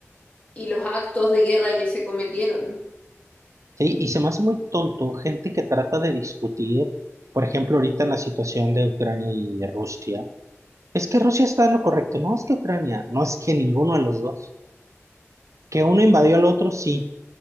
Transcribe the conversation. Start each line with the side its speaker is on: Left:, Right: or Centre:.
Left: y los actos de guerra que se cometieron.
Right: Sí, y se me hace muy tonto gente que trata de discutir, por ejemplo, ahorita en la situación de Ucrania y Rusia. Es que Rusia está en lo correcto, no es que Ucrania, no es que ninguno de los dos. Que uno invadió al otro, sí,